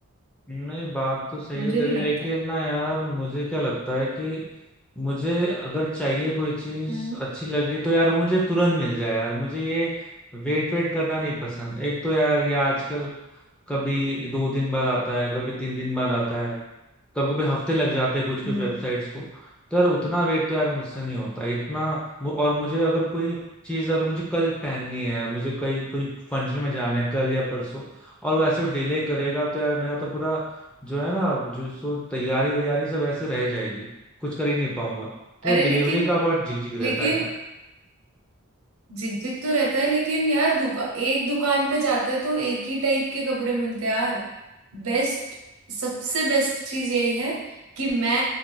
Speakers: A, in the centre; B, on the right (about 75°).
A: नहीं बात तो सही
B: मुझे
A: है तेरी
B: नहीं लगता
A: लेकिन ना यार मुझे क्या लगता है कि मुझे अगर चाहिए कोई चीज
B: हम्म
A: अच्छी लगी तो यार वो मुझे तुरंत मिल जाए यार मुझे ये वेट वेट करना नहीं पसंद एक तो यार ये आजकल कभी दो दिन बाद आता है कभी तीन दिन बाद आता है कभी कभी हफ्ते लग जाते हैं कुछ कुछ
B: हम्म
A: वेबसाइट्स को तो यार उतना वेट तो यार मुझसे नहीं होता इतना मु- और मुझे अगर कोई चीज अगर मुझे कल पहननी है मुझे कहीं कोई फंक्शन में जाना है कल या परसों और वो ऐसे डिले करेगा तो यार मेरा तो पूरा जो है ना जो सो तैयारी वैयारी सब ऐसे रह जाएगी कुछ कर ही नहीं पाऊंगा तो
B: अरे
A: ये डिलीवरी
B: लेकिन
A: का बहुत झिकझिक रहता
B: लेकिन
A: है यार
B: झिकझिक तो रहता है लेकिन यार दुका एक दुकान पे जाते हैं तो एक ही टाइप के कपड़े मिलते हैं यार बेस्ट सबसे बेस्ट चीज यही है कि मैं